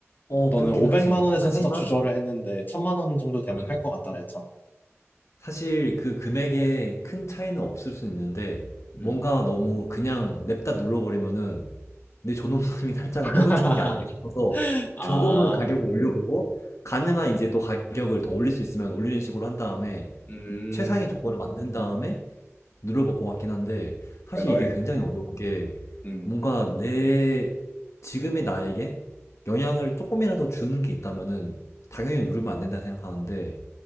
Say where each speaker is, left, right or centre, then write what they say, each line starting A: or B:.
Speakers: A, on the left; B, on the left.
A: 어,
B: 너는
A: 그렇긴
B: 500만
A: 하지.
B: 원에선
A: 하지만,
B: 살짝 주저를 했는데, 1000만 원 정도 되면
A: 맞아.
B: 할 것 같다 했잖아.
A: 사실 그 금액에 큰 차이는 없을 수 있는데
B: 음.
A: 뭔가 너무 그냥 냅다 눌러버리면은 내 존엄성이 <laughs> 살짝은
B: <laughs>
A: 떨어지는 게 아닐까 싶어서
B: 아,
A: 조금은 가격을 올려보고 가능한 이제 또 가격을 더 올릴 수 있으면 올리는 식으로 한 다음에
B: 음,
A: 최상의 조건을 만든 다음에 눌러먹고 왔긴 한데 사실
B: 야, 너의,
A: 이게 굉장히 어려운 게
B: 음,
A: 뭔가 내 지금의 나에게 영향을 조금이라도 주는 게 있다면은 당연히 누르면 안 된다 생각하는데